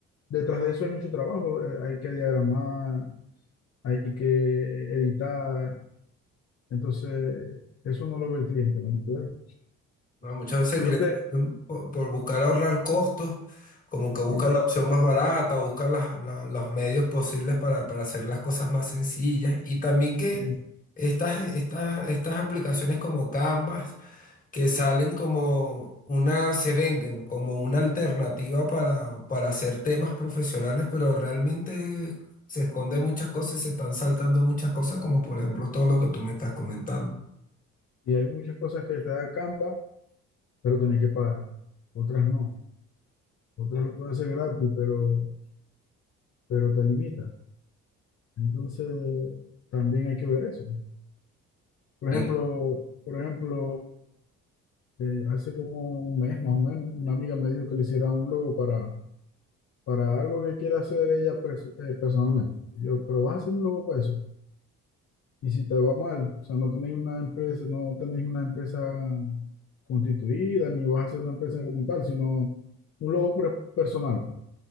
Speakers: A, on the left; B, on the left.
A: detrás de eso hay mucho trabajo. eh, Hay que diagramar, hay que editar. Entonces, eso no lo ve el cliente, ¿me entiendes?
B: No, muchas veces
A: cliente,
B: el cliente también por, por buscar ahorrar costos, como que busca
A: eh,
B: la opción más barata, busca las- la- los medios posibles para, para hacer las cosas más sencillas. Y también que
A: sí,
B: estas, estas, estas aplicaciones como Canvas, que salen como una, se venden como una alternativa para, para hacer temas profesionales, pero realmente se esconden muchas cosas y se están saltando muchas cosas, como por ejemplo todo lo que tú me estás comentando.
A: Y hay muchas cosas que te da Canva, pero tenés que pagar. Otras no. Otras lo puedes hacer gratis, pero, pero te limita. Entonces, también hay que ver eso. Por
B: Ven,
A: ejemplo, por ejemplo, eh, hace como un mes más o menos, una amiga me dijo que le hiciera un logo para, para algo que quiera hacer ella perso- eh, personalmente. Y yo, pero vas a hacer un logo para eso. Y si te va mal, o sea, no tenéis una empresa, no tenéis una empresa constituida, ni vas a hacer una empresa como tal, sino un logo pre- personal, pues,